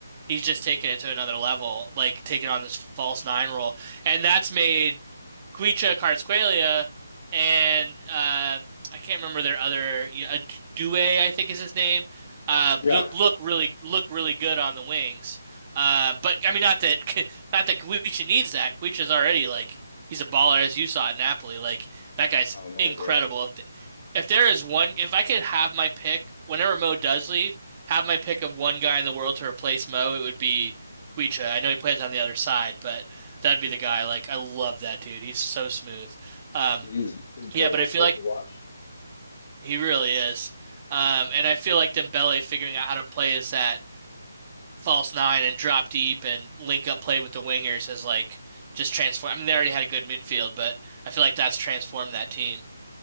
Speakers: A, on the right; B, on the left.
A: he's just taking it to another level, like taking on this false nine role, and that's made Kwicha Kvaratskhelia and uh, I can't remember their other you know, Adue, I think is his name. Uh,
B: Yeah.
A: look, look really look really good on the wings. Uh, but I mean, not that <laughs> not that Kuicha needs that. Kuicha's already like he's a baller, as you saw at Napoli. Like that guy's
B: Oh man,
A: incredible.
B: yeah.
A: If, if there is one, if I could have my pick whenever Mo does leave, have my pick of one guy in the world to replace Mo, it would be Kuicha. I know he plays on the other side, but that'd be the guy. Like I love that dude. He's so smooth. Um,
B: He's incredibly
A: yeah, but I feel
B: fun
A: like
B: to watch.
A: he really is. Um, and I feel like Dembele figuring out how to play as that false nine and drop deep and link up play with the wingers has like just transformed. I mean, they already had a good midfield, but I feel like that's transformed that team.